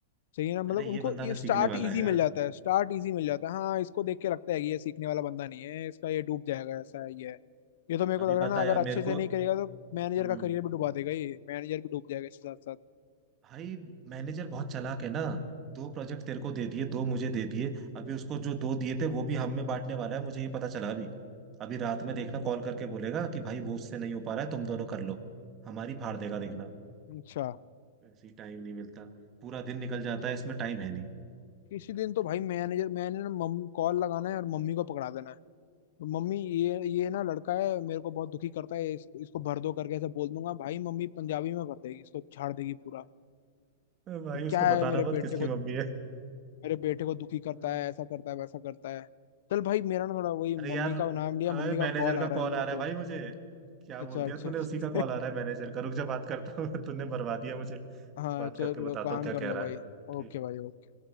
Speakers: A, on the left (about 65°); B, on the right (about 30°).
A: सही है ना मतलब
B: अरे ये
A: उनको
B: बंदा
A: ये
B: ना
A: स्टार्ट
B: सीखने वाला
A: इजी
B: है यार
A: मिल जाता है स्टार्ट इजी मिल जाता है हाँ इसको देख के लगता है कि ये सीखने वाला बंदा नहीं है इसका ये डूब जाएगा ऐसा है ये है ये तो मेरे को
B: अभी
A: लग रहा
B: पता
A: है ना अगर
B: है यार
A: अच्छे
B: मेरे को
A: से नहीं करेगा तो मैनेजर
B: हम्म
A: का करियर भी डुबा देगा ये मैनेजर भी डूब जाएगा इसके साथ साथ
B: भाई मैनेजर बहुत चालाक है ना दो प्रोजेक्ट तेरे को दे दिए दो मुझे दे दिए अभी उसको जो दो दिए थे वो भी हम में बांटने वाला है मुझे ये पता चला अभी अभी रात
A: हम्म,
B: में देखना कॉल करके बोलेगा कि भाई वो उससे नहीं हो पा रहा है तुम दोनों कर लो हमारी फाड़ देगा देखना
A: अच्छा
B: वैसे ही टाइम नहीं मिलता पूरा दिन निकल जाता है इसमें टाइम है नहीं
A: किसी
B: क्या
A: दिन तो
B: करें,
A: भाई
B: पता
A: मैनेजर मैंने ना मम कॉल लगाना है और मम्मी को पकड़ा देना है तो मम्मी ये ये ना लड़का है मेरे को बहुत दुखी करता है इस, इसको भर दो करके ऐसे बोल दूंगा भाई मम्मी पंजाबी में भर देगी इसको झाड़ देगी पूरा
B: नहीं। <laughs> भाई
A: ये
B: उसको
A: क्या
B: बताना
A: है मेरे
B: मत
A: बेटे
B: किसकी
A: को
B: मम्मी
A: मेरे बेटे को दुखी करता
B: है
A: है ऐसा करता है वैसा करता है चल भाई मेरा ना थोड़ा वही मम्मी
B: अरे यार
A: का नाम लिया
B: अरे
A: मम्मी का
B: मैनेजर
A: कॉल
B: का
A: आ रहा
B: कॉल
A: है मेरे
B: आ
A: को
B: रहा है भाई मुझे क्या बोल
A: अच्छा
B: दिया
A: अच्छा
B: तूने उसी
A: <laughs>
B: का कॉल आ रहा है मैनेजर का रुक जा बात करता हूँ <laughs> तूने मरवा दिया मुझे
A: हाँ
B: बात
A: चलो
B: करके
A: चलो
B: बताता
A: काम
B: हूँ क्या
A: कर
B: कह
A: लो
B: रहा
A: भाई
B: है
A: ओके
B: ठीक
A: भाई
B: है
A: ओके